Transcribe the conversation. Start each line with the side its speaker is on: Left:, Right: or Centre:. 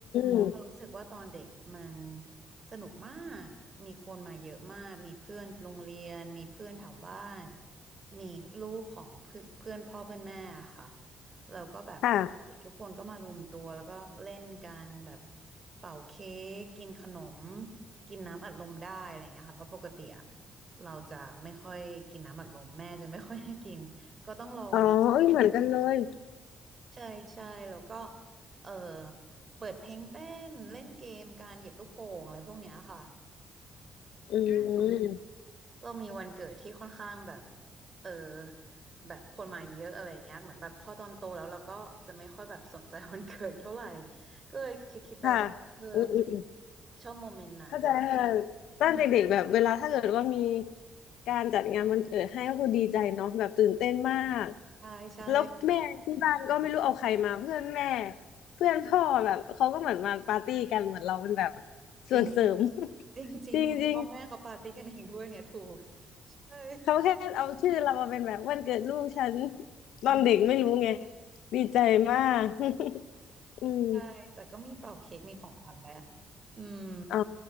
Left: ม
Right: เรารู้สึกว่าตอนเด็กมันสนุกมากมีคนมาเยอะมากมีเพื่อนโรงเรียนมีเพื่อนแถวบ้านมีลูกของเพื่อนเพื่อนพ่อเพื่อนแม่อะค่ะแล้วก็แบบเด็กทุกคนก็มารวมตัวแล้วก็เล่นกันแบบ
Left: ค่ะ
Right: เป่าเค้กกินขนมกินน้ำอัดลมได้อะไรอย่างเงี้ยค่ะเพราะปกติอะเราจะไม่ค่อยกินน้ำอัดลมแม่จะไม่ค่อยให้กินก็ต้องรอวัน
Left: อ๋อเอ้ยเหมือนกันเลย
Right: ใช่ใช่แล้วก็เออเปิดเพลงเต้นเล่นเกมการเหยียบลูกโป่งอะไรพวกเนี้ยค่ะ
Left: อืม
Right: เรามีวันเกิดที่ค่อนข้างแบบเออแบบคนมาเยอะอะไรเงี้ยเหมือนแบบพอตอนโตแล้วเราก็จะไม่ค่อยแบบสนใจวันเกิดเท่าไหร่ก็เลยคิดคิดไปว่าเออ
Left: ค่ะ อืมอืม
Right: ชอบโมเมนต์นั้น
Left: เข้าใจค่ะตอนเด็กๆแบบเวลาถ้าเกิดว่ามี
Right: อืม
Left: การจัดงานวันเกิดให้ก็คือดีใจเนาะแบบตื่นเต้นมาก
Right: ใช่ใช่
Left: แล้วแม่ที่บ้านก็ไม่รู้เอาใครมาเพื่อนแม่เพื่อนพ่อแบบเขาก็เหมือนมาปาร์ตี้กันเหมือนเราเป็นแบบส่วนเสริม
Right: จริง
Left: <laughs>
Right: จริงจริงเหมือนพ่อแม่เขาปาร์ตี้กันเองด้วยเนี่ยถูก
Left: จริงๆ
Right: ใช่
Left: เขาแค่เอาชื่อเรามาเป็นแบบวันเกิดลูกฉัน <laughs> ตอนเด็กไม่รู้ไง
Right: อืม
Left: ดีใจมาก <laughs> อืม
Right: ใช่ แต่ก็มีเป่าเค้กมีของขวัญแหละอืม
Left: อ๋อ